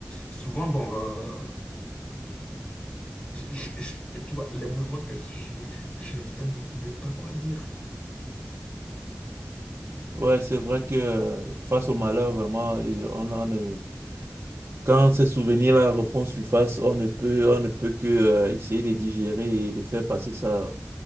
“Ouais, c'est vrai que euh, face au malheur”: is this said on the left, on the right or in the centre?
Right